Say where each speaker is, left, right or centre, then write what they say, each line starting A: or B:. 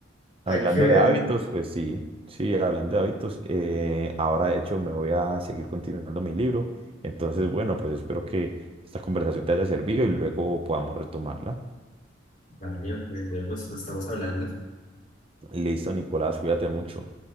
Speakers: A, on the left; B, on the right.
A: hay
B: hablando
A: que verlo.
B: de hábitos, pues sí, sí, hablando de hábitos, eh, ahora de hecho me voy a seguir continuando mi libro. Entonces, bueno, pues espero que esta conversación te haya servido y luego podamos retomarla.
A: Vale, nos vemos, nos estamos hablando.
B: Listo, Nicolás, cuídate mucho.